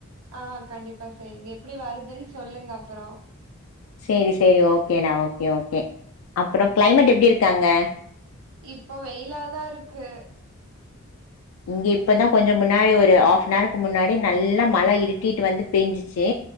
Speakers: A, on the right; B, on the left.
A: ஆ கண்டிப்பா செய்க எப்புடி வருதுன்னு சொல்லுங்க அப்புறோ
B: சேரி சேரி ஓகேடா ஓகே ஓகே அப்புற க்ளைமேட் எப்டி இருக்கு அங்க
A: இப்போ வெயிலாதா இருக்கு
B: இங்க இப்பதா கொஞ்ச முன்னாடி ஒரு ஹாப்னாருக்கு முன்னாடி நல்லா மழை இட்டிட்டு வந்து பேஞ்சிச்சு